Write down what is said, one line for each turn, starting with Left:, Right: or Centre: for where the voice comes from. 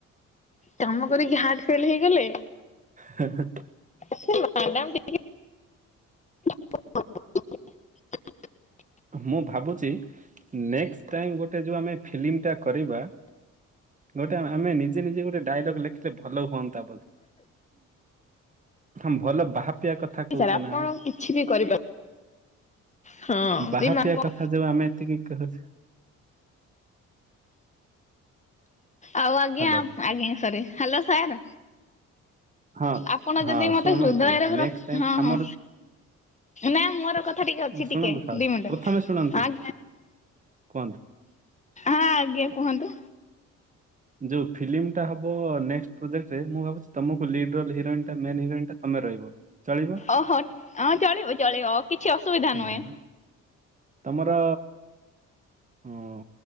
Left: କାମ କରିକି ହାର୍ଟ୍ ଫେଲ୍ ହେଇଗଲେ।
Right: ହଁ ହଁ।
Left: ସେ ମାଡାମ୍ ଟିକେ <inaudible>
Right: ମୁଁ ଭାବୁଛି ନେକ୍ସଟ। କ୍ରାଇମ ଗୋଟେ ଯୋଉ ଆମେ ଫିଲ୍ମ ଟା କରିବା ଗୋଟେ ଆମେ ନିଜେ ନିଜେ ଗୋଟେ ଡାଇଲଗ ଲେଖି ଟିକେ ଭଲ ହୁଅନ୍ତା ବୋଧେ। ହ ଭଲ ବାହାପିଆ କଥା କହୁଛେ
Left: ସାର୍ ଆପଣ
Right: ନା ଆମେ।
Left: କିଛି ବି କରିପାର ହଁ
Right: ବାହାପିଆ
Left: ଏଇ ମ୍ୟାମ୍ କଣ
Right: କଥା ଯୋଉ ଆମେ ଏତିକି କହୁଛେ।
Left: ଆଉ ଆଜ୍ଞା
Right: ହ୍ୟାଲୋ
Left: ଆଜ୍ଞା ସରି ହ୍ୟାଲୋ ସାର୍।
Right: ହଁ
Left: ଆପଣ
Right: ହଁ
Left: ଯଦି ମତେ
Right: ଶୁଣନ୍ତୁ
Left: ହୃଦୟରେ ର
Right: ନେକ୍ସଟ୍ ଟାଇମ୍
Left: ହଁ
Right: ଆମର
Left: ହଁ। ନା ମୋର କଥା ଟିକେ ଅଛି
Right: ଶୁଣନ୍ତୁ
Left: ଟିକେ
Right: ଫାଷ୍ଟ
Left: ଦି ମିନିଟ।
Right: ପ୍ରଥମେ ଶୁଣନ୍ତୁ
Left: ହଁ
Right: କୁହନ୍ତୁ
Left: ଆଜ୍ଞା କୁହନ୍ତୁ।
Right: ଯୋଉ ଫିଲ୍ମ ଟା ହବ ନେଷ୍ଟ ପ୍ରୋଜେକ୍ରେ ମୁଁ ଭାବୁଛି। ତମକୁ ଲିଡ ରଲ ହିରୋଇନ ଟା ମେ ହିରୋଇନ୍ ଟା ତମେ ରହିବ ଚଳିବ?
Left: ଓହୋ ହଁ ଚଳିବ ଚଳିବ କିଛି ଅସୁବିଧା
Right: ହୁଁ
Left: ନୁହେଁ।
Right: ତମର ଉଁ